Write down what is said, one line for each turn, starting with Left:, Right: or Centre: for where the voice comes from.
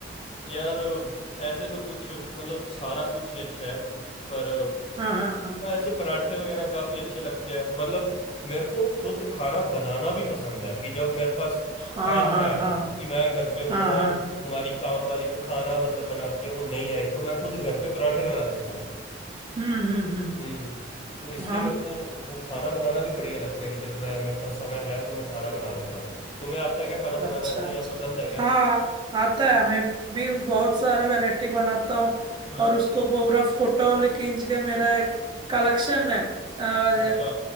Left: यार ऐसे तो कुछ मतलब सारा कुछ ही अच्छा है पर
Right: हाँ हाँ
Left: तो ऐसे परांठे वगैरह काफी अच्छे लगते हैं मतलब मेरे को खुद खाना बनाना भी पसंद है कि जब मेरे पास
Right: हाँ
Left: टाइम
Right: हाँ
Left: है
Right: हाँ
Left: कि मैं घर पे
Right: हाँ
Left: हूँ
Right: हाँ हाँ
Left: और हमारी काम वाली जो खाना मतलब बनाती है वो नहीं आई तो मैं खुद घर पे परांठे बना लेता हूँ
Right: हम्म हम्म हम्म
Left: हम्म तो इसलिए
Right: हम
Left: मेरे को वो खाना बनाना भी बढ़िया लगता है कि जब मैं मेरे पास समय है तो मैं खाना बना लेता हूँ तुम्हें आता है क्या खाना
Right: अच्छा
Left: बनाना ऐसे
Right: अच्छा
Left: या पसंद है क्या
Right: हाँ आता है मैं भी बहुत सारे वैरायटी बनाता हूँ
Left: हम्म
Right: और उसको पूरा फोटो खींच के मेरा एक कलेक्शन है और,
Left: अच्छा